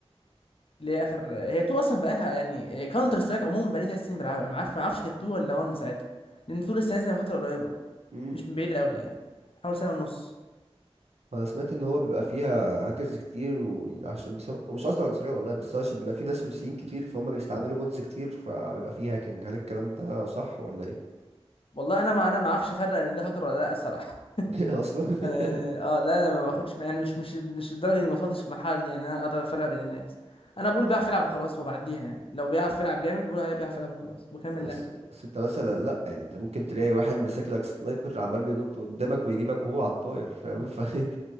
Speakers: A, on the left; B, on the right.
A: اللي هي اخر هي 2 اصلا بقالها يعني كاونتر سترايك عموما بقالي 3 سنين بلعبها ما عارف ما اعرفش كانت 2 ولا 1 ساعتها لان 2 لسه نازله من فتره قريبه
B: مم.
A: مش من بعيد قوي يعني حوالي سنه ونص
B: انا سمعت ان هو بيبقى فيها هاكرز كتير وعشان بسبب مش قصدي عنصريه والله بس هو عشان بيبقى فيه ناس روسيين
A: مم.
B: كتير فهم بيستعملوا مودز كتير فبيبقى فيه هاكينج هل الكلام ده صح ولا ايه
A: والله انا ما انا ما اعرفش افرق ان ده هاكر ولا لا الصراحه
B: <laughs> اصلا <laughs>
A: انا يعني اه لا انا ما باخدش يعني مش مش مش الدرجه دي ما وصلتش المرحله دي يعني انا اقدر افرق بين الناس انا بقول بيعرف يلعب وخلاص وبعديها يعني لو بيعرف يلعب جامد بقول عليه بيعرف يلعب وخلاص وبكمل
B: بس
A: لعب
B: بس انت مثلا لا يعني انت ممكن تلاقي واحد ماسك لك سنايبر عمال بينط قدامك ويجيبك وهو على الطاير فاهم ف <laughs>